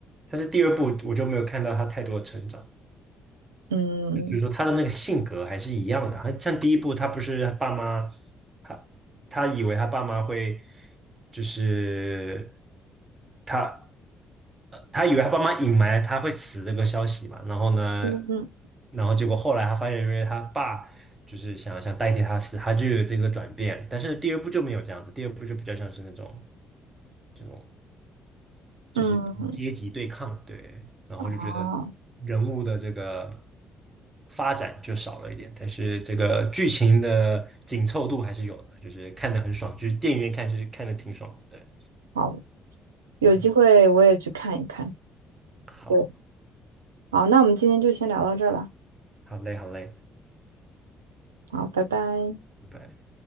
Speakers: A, on the right (about 25°); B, on the right (about 85°).
A: 但是第二部我就没有看到他太多的成长，
B: 嗯
A: 就就是说他的那个性格还是一样的，他像第一部他不是他爸妈，他他以为他爸妈会就是。他。他以为他爸妈隐瞒他会死这个消息嘛，然后呢，
B: 嗯
A: 然后结果后来他发现，因为他爸就是想想代替他死，他就有这个转变。但是第二部就没有这样子，第二部就比较像是那种这种就是阶级对抗，
B: 嗯，
A: 对。然后我就觉得人物的这个
B: 好，
A: 发展就少了一点，但是这个剧情的紧凑度还是有的，就是看得很爽，就是电影院看是看的挺爽的，对。
B: 好，有机会我也去看一看。
A: 嗯，好，
B: 对，好，那我们今天就先聊到这儿了。
A: 好嘞，好嘞，
B: 好，拜拜。
A: 拜拜。